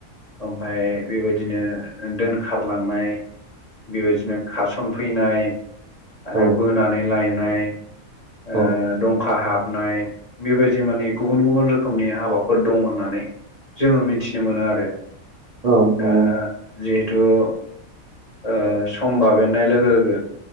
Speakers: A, on the left; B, on the right.
A: ओमफाय बेबायदिनो दोनखारलांनाय बेबायदिनो खारसन फैनाय आरो
B: औ
A: बोनानै लायनाय ओ
B: औ
A: दंखा हाबा नाय बेबायदि माने गुबुन गुबुन रोखोमनि हाबाफोर दं होननानै जोङो मिथिनो मोनो आरो
B: औ
A: दा
B: नंगौ
A: जिहेथु ओ सम बाबेननाय लोगो लोगो